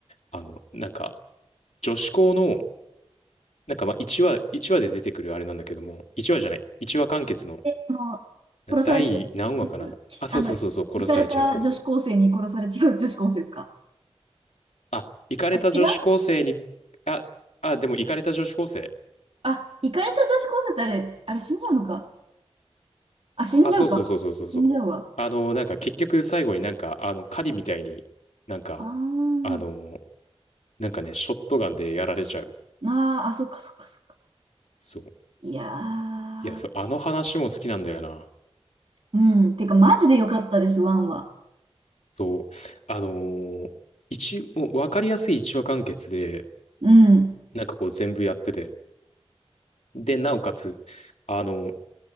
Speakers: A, on the left (about 85°); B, on the right (about 60°).
A: あの、なんか、女子校の、なんかまあ、1話、1話で出てくるあれなんだけども、1話じゃない、1話完結の、
B: で、その、殺されちゃうやつ、
A: 第何話かな。
B: きあの、
A: あ、そうそうそうそう、殺されちゃう子。
B: 行かれた女子高生に殺されちゃう女子高生ですか
A: あ、イカれた女子高生に、
B: あ、違う
A: あ、あ、でもイカれた女子高生。
B: あ、行かれた女子高生ってあれ、あれ死んじゃうのか。あ、死んじゃうか。
A: あ、そうそうそうそうそうそう。
B: 死んじゃうわ。
A: あの、なんか結局最後になんか、あの、狩りみたいになんか、
B: あー
A: あの、なんかね、ショットガンでやられちゃう。
B: あー、あ、そっかそっかそっか。
A: そう。
B: いや
A: いや、そう、
B: ー。
A: あの話も好きなんだよな。
B: うん。てか、マジで良かったです、ワンは。
A: そう。あのー一、もうわかりやすい一話完結で、
B: うん。
A: なんかこう全部やってて。で、なおかつ、あの、